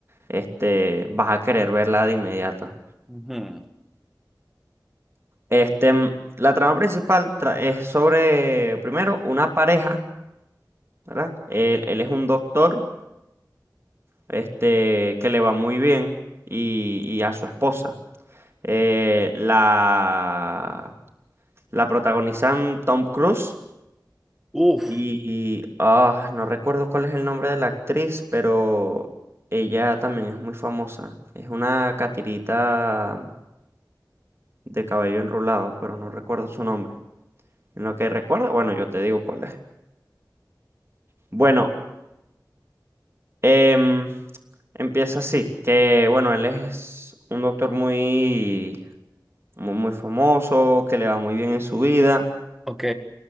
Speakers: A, on the right; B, in the centre.
A: este, vas a querer verla de inmediato.
B: Ujú.
A: Este, mm, la trama principal tra- es sobre, primero, una pareja, ¿verdad? Él, él es un doctor, este, que le va muy bien y, y a su esposa. Eh, la, la protagonizan Tom Cruise
B: Uf,
A: y, ah, no recuerdo cuál es el nombre de la actriz, pero ella también es muy famosa. Es una catirita de cabello enrulado, pero no recuerdo su nombre. En lo que recuerdo, bueno, yo te digo cuál es. Bueno, Em, empieza así, que bueno, él es un doctor muy, muy, muy famoso, que le va muy bien en su vida.
B: ok,